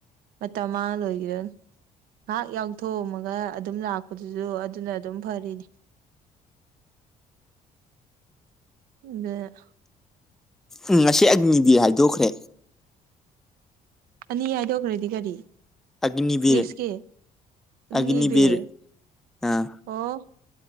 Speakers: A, on the right; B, in the centre.
A: ꯃꯇꯝ ꯃꯥꯡꯉ ꯂꯣꯏꯈꯤꯗꯅꯤ ꯉꯥꯏꯍꯥꯛ ꯌꯥꯎꯊꯣꯛꯑꯝꯃꯒ ꯑꯗꯨꯝ ꯂꯥꯛꯄꯗꯨꯁꯨ ꯑꯗꯨꯅ ꯑꯗꯨꯝ ꯐꯔꯤꯅꯤ ꯑꯗ
B: ꯎꯝ ꯉꯁꯤ ꯑꯅꯤꯗꯤ ꯍꯥꯏꯗꯣꯛꯈ꯭ꯔꯦ
A: ꯑꯅꯤ ꯍꯥꯏꯗꯣꯛꯈ꯭ꯔꯗꯤ ꯀꯔꯤ
B: ꯑꯒꯅꯤꯕꯤꯔ
A: ꯇꯦꯁꯀꯦ ꯎꯅꯤꯕꯔ
B: ꯑꯒꯅꯤꯕꯤꯔ ꯑꯥ
A: ꯑꯣ